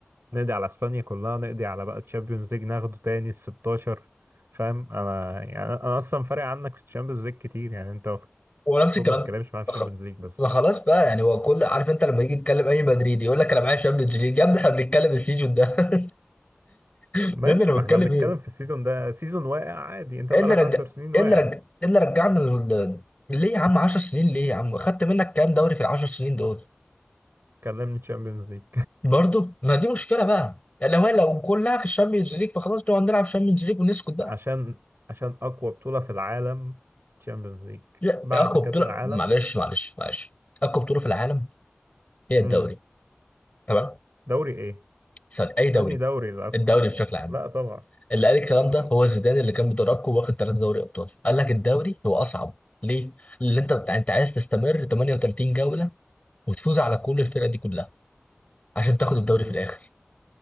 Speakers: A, on the right; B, on the left.
A: نقضي على اسبانيا كلها نقضي على بقى تشامبيونز ليج ناخده تاني ال 16 فاهم انا يعني انا اصلا فارق عنك في الشامبيونز ليج كتير يعني انت المفروض
B: ونفس الكلام
A: ما تتكلمش معايا في
B: خ-
A: الشامبيونز ليج بس
B: ما خلاص بقى يعني هو كل عارف انت لما يجي يتكلم اي مدريدي يقول لك انا معايا شامبيونز ليج يا ابني احنا بنتكلم السيزون ده <laughs> ده
A: ماشي
B: اللي انا
A: ما
B: بتكلم
A: احنا بنتكلم
B: ايه
A: في السيزون ده سيزون واقع عادي انت بقالك
B: إيه اللي رجع
A: 10 سنين واقع
B: ايه اللي رجع ايه اللي رجعنا لل... ليه يا عم 10 سنين ليه يا عم خدت منك كام دوري في ال 10 سنين دول
A: كلمني تشامبيونز ليج
B: برضه ما دي مشكله بقى يعني لو لو كلها في الشامبيونز ليج فخلاص نقعد نلعب شامبيونز ليج ونسكت بقى
A: عشان عشان اقوى بطولة في العالم تشامبيونز ليج
B: لا
A: بعد
B: يا اقوى
A: كأس
B: بطوله
A: العالم
B: معلش معلش معلش اقوى بطوله في العالم هي
A: امم
B: الدوري تمام
A: دوري ايه
B: سوري اي دوري
A: انهي دوري الاقوى
B: الدوري بشكل عام
A: لا طبعا
B: اللي قال الكلام
A: لا
B: ده
A: طبعا
B: هو زيدان اللي كان بيدربكم واخد ثلاثه دوري ابطال قال لك الدوري هو اصعب ليه؟ اللي انت انت عايز تستمر 38 جوله وتفوز على كل الفرق دي كلها عشان تاخد الدوري
A: امم
B: في الاخر